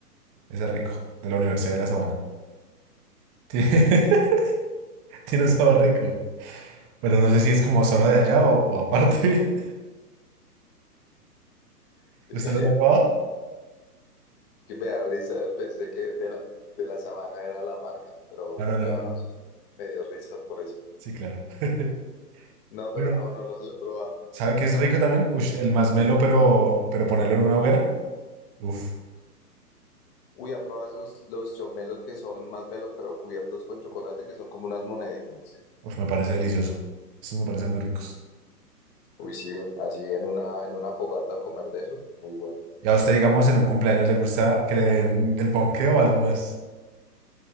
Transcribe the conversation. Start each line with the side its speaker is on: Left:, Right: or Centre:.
Right: Ese es rico, de la Universidad de la Sabana. Sí. <laughs> Sí, no estaba rico. Pero no sé si es como solo de allá o, o aparte. <laughs>
Left: <laughs>
Right: ¿Usted
Left: Que,
Right: lo ha probado?
Left: que me da risa. Pensé que de la, de la sabana era la marca, pero
Right: No, no,
Left: ya
Right: no, no.
Left: me dio risa por eso.
Right: Sí, claro. <laughs>
Left: No, pero
Right: Bueno,
Left: no, no los he probado.
Right: ¿sabe qué es rico también? Ush, el masmelo, pero, pero ponerlo en una hoguera. Uf,
Left: Uy, ha probado esos, los chopmelos que son más melos, pero cubiertos con chocolate, que son como unas moneditas.
Right: uf, me parece delicioso. esos me parecen muy ricos.
Left: Uy, sí, así en una, en una fogata comer de eso, muy bueno.
Right: Y a usted, digamos, en un cumpleaños le gusta que le den el ponqué o algo más.